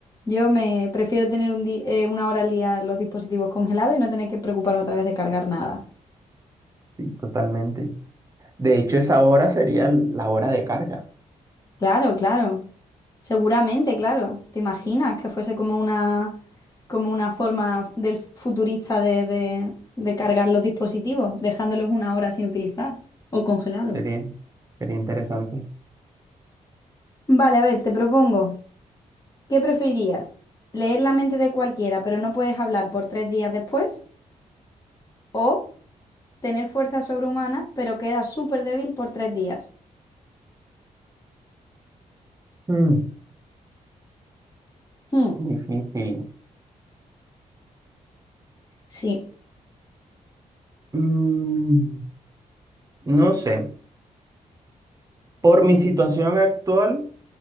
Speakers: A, on the left; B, on the right.
A: Yo me prefiero tener un di- eh, una hora al día los dispositivos congelados y no tener que preocuparme otra vez de cargar nada.
B: sí, totalmente. De hecho, esa hora sería la hora de carga.
A: Claro, claro. Seguramente, claro. ¿Te imaginas que fuese como una, como una forma del futurista de, de- de cargar los dispositivos, dejándolos una hora sin utilizar o congelados?
B: Sería, sería interesante.
A: Vale, a ver, te propongo, ¿qué preferirías? ¿Leer la mente de cualquiera, pero no puedes hablar por tres días después? ¿O tener fuerza sobrehumana, pero quedas súper débil por tres días?
B: Mm,
A: Hmm,
B: difícil.
A: Sí.
B: Mm, no sé. Por mi situación actual,